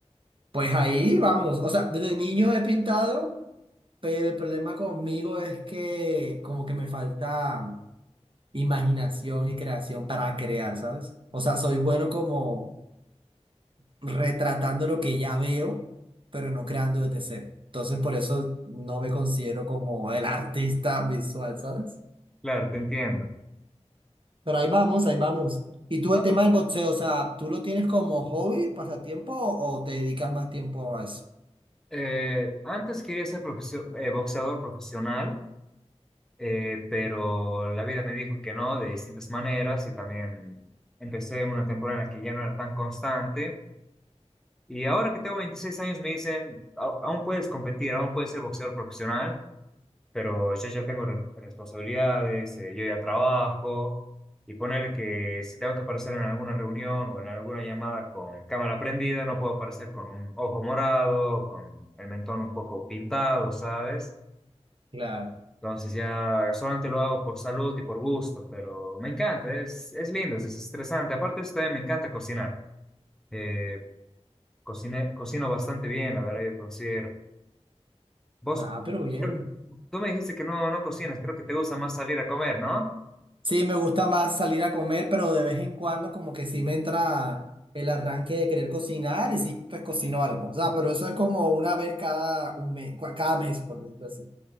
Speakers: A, on the right; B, in the centre.
A: Pues ahí vamos. O sea, desde niño he pintado. Pero el problema conmigo es que como que me falta imaginación y creación para crear, ¿sabes? O sea, soy bueno como retratando lo que ya veo, pero no creando desde cero. Entonces, por eso no me considero como el <laughs> artista visual, ¿sabes?
B: Claro, te entiendo.
A: Pero ahí vamos, ahí vamos. ¿Y tú
B: Ah,
A: el tema
B: pero,
A: del boxeo, o sea, tú lo tienes como hobby, pasatiempo o te dedicas más tiempo a eso?
B: eh, antes quería ser profesio- eh, boxeador profesional, eh, pero la vida me dijo que no, de distintas maneras, y también empecé una temporada en la que ya no era tan constante. Y ahora que tengo 26 años me dicen, "Au- aún puedes competir, aún puedes ser boxeador profesional. pero yo ya tengo re- responsabilidades, eh, yo ya trabajo, y ponerle que si tengo que aparecer en alguna reunión o en alguna llamada con cámara prendida, no puedo aparecer con un ojo morado, con el mentón un poco pintado, ¿sabes?
A: Claro.
B: Entonces ya solamente lo hago por salud y por gusto, pero me encanta, es, es lindo, es estresante. Aparte de eso, también me encanta cocinar. Eh, cociné- cocino bastante bien, la verdad, yo considero. Vos,
A: Ah, pero bien.
B: creo- tú me dijiste que no, no cocinas, creo que te gusta más salir a comer, ¿no?
A: Sí, me gusta más salir a comer, pero de vez en cuando como que sí me entra el arranque de querer cocinar y sí, pues cocino algo. O sea, pero eso es como una vez cada un mes, cada mes, por decirlo así.